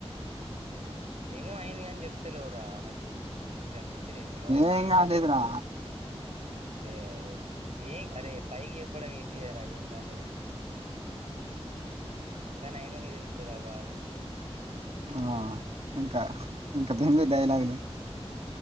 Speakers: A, on the right; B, on the right.
A: ఏమో అయింది కాని చెప్తలేవురా నాకు మంచిగా అనిపించలేదు ఏదో అయింది
B: ఏం
A: నీకు
B: కాలేదురా
A: గాని చెప్తలేవు. ఏ ఏం అరే పైకి చెప్పడం ఈజీయరా ఏం కాలేదని కానీ అయిన వాళ్ళకి తెలుత్తది ఆ బాధేంటో
B: ఆ ఇంకా ఇంకా దీని మీద డైలాగులు